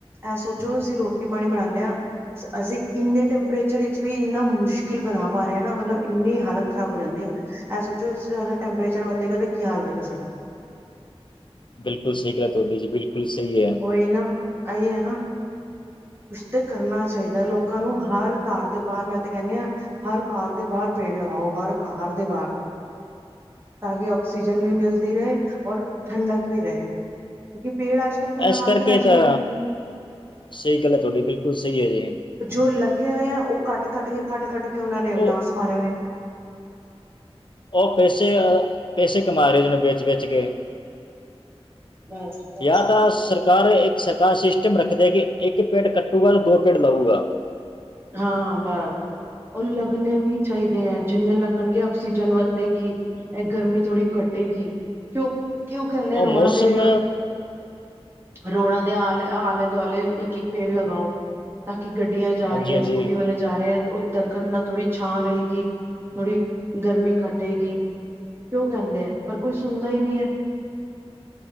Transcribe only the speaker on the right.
ਇਹ ਸੋਚੋ ਅਸੀਂ ਰੋਟੀ ਪਾਣੀ ਬਨਾਂਨੇ ਆ। ਅਸੀਂ ਇੰਨੇ ਟੈਂਪਰੇਚਰ ਵਿੱਚ ਵੀ ਇੰਨਾ ਮੁਸ਼ਕਿਲ ਬਣਾ ਪਾ ਰਹੇ ਹਾਂ ਨਾ ਮਤਲਬ ਇੰਨੀ ਹਾਲਤ ਖ਼ਰਾਬ ਹੋ ਜਾਂਦੀ ਆ। ਇਹ ਸੋਚੋ ਸਾਰਾ ਟੈਂਪਰੇਚਰ ਵਧੇਗਾ ਤੇ ਕੀ ਹਾਲ ਹੋਏਗਾ ਸਾਡਾ।
ਇਹ ਨਾ ਆਹੀ ਐ ਨਾ। ਕੁਸ ਤਾ ਕਰਨਾ ਚਾਹੀਦਾ ਲੋਕਾਂ ਨੂੰ ਹਰ ਘਰ ਦੇ ਬਾਹਰ ਮੈਂ ਤੇ ਕਹਿੰਨੀ ਆ ਹਰ ਘਰ ਦੇ ਬਾਹਰ ਪੇੜ ਲਗਾਓ ਹਰ ਘਰ ਦੇ ਬਾਹਰ। ਤਾਂ ਕਿ ਉਕਸੀਜਨ ਵੀ ਮਿਲਦੀ ਰਹੇ ਔਰ ਠੰਠਕ ਵੀ ਰਹੇ ਕਿਉਂਕਿ ਪੇੜ ਅੱਜ ਕੱਲ ਕੋਈ ਲਗਾ
ਕੇ ਰਾਜੀ
ਨਹੀਂ
ਜੋ ਲੱਗੇ ਹੋਏ ਆ ਉਹ ਕੱਟ- ਕੱਟ ਕੇ ਕੱਟ - ਕੱਟ ਕੇ ਉਹਨਾਂ ਨੇ
ਨਾਸ ਮਾਰਿਆ ਹੋਇਆ।
ਬਸ ਬਸ।
ਹਾਂ ਬਸ। ਉਹ ਲੱਗਣੇ ਵੀ ਚਾਹੀਦੇ ਐ ਜਿੰਨੇ ਲੱਗਣਗੇ ਆਕਸੀਜਨ ਵੱਧੇਗੀ। ਇਹ ਗਰਮੀ ਥੋੜ੍ਹੀ ਘਟੇਗੀ ਕਿਉ- ਕਿਉ ਕਹਿੰਦੇ
ਰੋਡਾ
ਦੇ ਰੋੜਾਂ ਦੇ ਆਲੇ ਆਲੇ - ਦੁਆਲੇ ਇੱਕ - ਇੱਕ ਪੇੜ ਲਗਾਓ। ਤਾਂ ਕਿ ਗੱਡੀਆਂ ਜਾ
ਰਹੀਆਂ
ਸਕੂਟੀ ਵਾਲੇ ਜਾ ਰਹੇ ਆ ਉਹ ਦਰਖਤ ਨਾਲ ਥੋੜ੍ਹੀ ਛਾਂ ਰਹੇਗੀ। ਥੋੜੀ ਗਰਮੀ ਘਟੇਗੀ ਕਿਉਂ ਕਹਿੰਦੇ ਆ ਪਰ ਕੋਈ ਸੁਣਦਾ ਹੀ ਨਹੀ ਐ।